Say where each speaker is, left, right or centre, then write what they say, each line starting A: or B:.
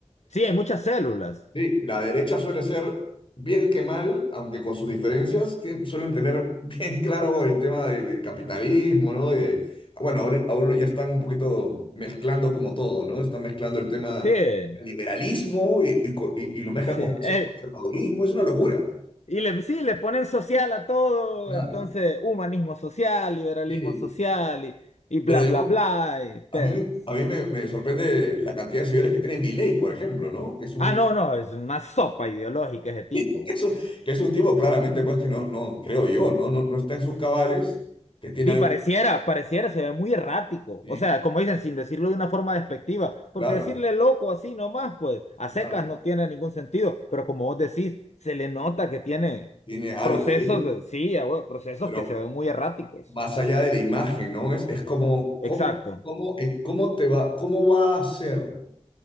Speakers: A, on the left; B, on the left.
A: Sí, hay muchas células.
B: Sí, la derecha suele ser bien que mal, aunque con sus diferencias, tien- suelen tener <laughs> bien claro el tema de- del capitalismo, ¿no? Y de- bueno, ahora, ahora ya están un poquito mezclando como todo, ¿no? Están mezclando el tema
A: Sí,
B: del liberalismo y, y co- y- y lo mezclan
A: sí.
B: con conser-
A: Eh,
B: conservadurismo, es una locura.
A: y le, sí, le ponen social a todo,
B: Claro,
A: entonces humanismo social, liberalismo
B: sí.
A: social y, y bla,
B: Pero digamos,
A: bla, bla. y- pero,
B: a mí,
A: pues,
B: a mí me, me sorprende la cantidad de seguidores que tiene Milei, por ejemplo, ¿no? Que es un,
A: ah, no, no, es una sopa ideológica
B: <laughs>
A: ese tipo.
B: que es un, que es un tipo claramente, pues, que no, no creo yo, ¿no? No, no está en sus cabales que tiene
A: Sí, pareciera, pareciera, se ve muy errático.
B: Sí,
A: O sea, como dicen, sin decirlo de una forma despectiva, porque
B: claro,
A: decirle loco así nomás, pues a
B: claro,
A: secas no tiene ningún sentido, pero como vos decís, se le nota que tiene
B: tiene algo
A: procesos
B: ahí,
A: de, sí, ah, bueno, procesos
B: pero
A: que se ven muy erráticos.
B: más allá de la imagen, ¿no? Es, es como, ¿cómo,
A: Exacto.
B: cómo, eh, cómo te va, cómo va a ser